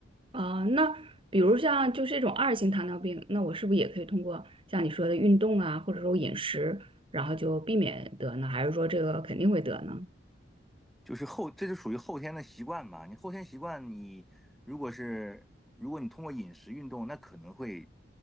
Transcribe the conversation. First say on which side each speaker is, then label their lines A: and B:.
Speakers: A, on the right; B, in the centre.
A: 啊，那比如像就是这种二型糖尿病，那我是不是也可以通过像你说的运动啊，或者说饮食，然后就避免得呢？还是说这个肯定会得呢？
B: 就是后，这就属于后天的习惯吧。你后天习惯，你如果是如果你通过饮食运动，那可能会